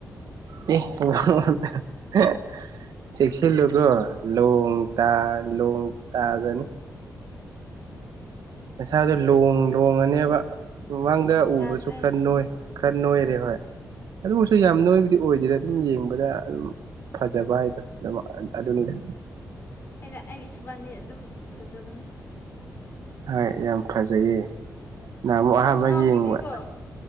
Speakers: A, on the right; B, on the left.
A: <unintelligible> <inaudible> ꯆꯦꯛꯁꯤꯜꯂꯒꯣ ꯂꯣꯡ ꯂꯣꯡ ꯇꯥꯗꯅꯤ ꯅꯁꯥꯗꯨꯣ ꯂꯣꯡ ꯂꯣꯡꯉꯅꯦꯕ ꯃꯃꯥꯡꯗ ꯎꯕꯁꯨ
B: ꯌꯥꯗ꯭ꯔꯦ
A: ꯈꯔ ꯅꯣꯏ ꯈꯔ ꯅꯣꯏꯔꯦ ꯍꯣꯏ ꯑꯗꯨꯕꯨꯁꯨ ꯌꯥꯝ ꯅꯣꯏꯕ ꯑꯗꯨꯗꯤ ꯑꯣꯏꯗꯦꯗ ꯑꯗꯨꯝ ꯌꯦꯡꯕꯗ ꯑꯗꯨꯝ ꯐꯖꯕ ꯍꯥꯏꯗꯣ ꯑꯗꯨꯅꯤꯗ
B: ꯑꯩꯅ ꯑꯩꯒꯤ ꯁꯨꯕꯥꯟꯗꯤ ꯑꯗꯨꯝ ꯐꯖꯕꯅꯦ
A: ꯍꯣꯏ ꯌꯥꯝ ꯐꯖꯩꯌꯦ ꯅꯍꯅꯥꯃꯨꯛ
B: ꯑꯃꯨꯛ
A: ꯑꯍꯥꯟꯕ
B: ꯉꯥꯎꯈꯤꯅꯤꯀꯣ
A: ꯌꯦꯡꯕ